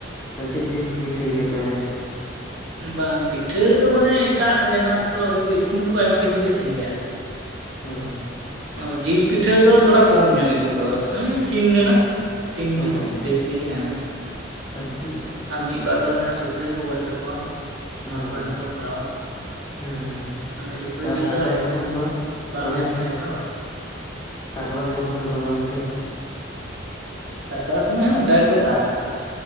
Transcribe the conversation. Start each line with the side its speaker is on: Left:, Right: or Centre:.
Left: ᱛᱟᱞᱦᱮ ᱪᱮᱫ ᱡᱤᱞ ᱯᱮ ᱯᱤᱴᱷᱟᱹᱭ ᱜᱮᱭᱟ ᱛᱚᱵᱮ?
Right: ᱵᱟᱝ ᱯᱤᱴᱷᱟᱹ ᱨᱮᱫᱚ ᱢᱟᱱᱮ ᱮᱴᱟᱜ ᱡᱟᱱᱟᱜ ᱠᱚ ᱤᱥᱤᱱ ᱫᱚᱠᱚ ᱟᱭᱢᱟ ᱠᱤᱪᱷᱩ ᱠᱚ ᱤᱥᱤᱱ ᱜᱮᱭᱟ ᱟᱨ
Left: ᱦᱮᱸ
Right: ᱚ ᱡᱤᱞ ᱯᱤᱴᱷᱟᱹ ᱫᱚ ᱛᱷᱚᱲᱟ ᱠᱚᱢ ᱧᱚᱜ ᱜᱮᱠᱚ ᱠᱚᱨᱟᱣᱟᱭ ᱥᱤᱢ ᱨᱮᱱᱟᱜ ᱾ ᱥᱤᱢ
Left: ᱦᱮᱸ
Right: ᱡᱤᱞ ᱫᱮᱥᱤ ᱦᱮᱸᱻ
Left: ᱟᱪᱪᱷᱟ ᱟᱪᱪᱷᱟ
Right: ᱟᱨ ᱢᱤᱫ, ᱵᱟᱨ ᱫᱚ ᱚᱱᱮ ᱥᱩᱠᱨᱤ ᱠᱚ ᱜᱚᱡᱽ ᱠᱟᱠᱚᱣᱼᱟ
Left: ᱦᱮᱸ
Right: ᱚᱱᱟ ᱠᱚᱨᱮᱱᱟᱜ ᱠᱚ ᱠᱚᱨᱟᱣᱼᱟ
Left: ᱦᱮᱸ
Right: ᱾ ᱟᱨ ᱥᱩᱠᱨᱤ ᱡᱤᱞ
Left: ᱥᱟᱠᱨᱟᱛ
Right: ᱫᱚ
Left: ᱡᱚᱠᱷᱚᱱ ᱫᱚ
Right: ᱵᱟᱝ
Left: ᱛᱚᱵᱮ
Right: ᱧᱟᱢᱚᱜ ᱜᱮᱭᱟ ᱛᱚ
Left: ᱥᱟᱠᱨᱟᱛ ᱡᱚᱠᱷᱚᱱ ᱫᱚ ᱛᱚᱵᱮ ᱜᱚᱢᱠᱮ?
Right: ᱥᱟᱠᱟᱞ ᱥᱚᱢᱚᱭ ᱦᱚᱸ ᱚᱱᱠᱟ ᱜᱮᱠᱚ ᱛᱟᱼᱯᱟ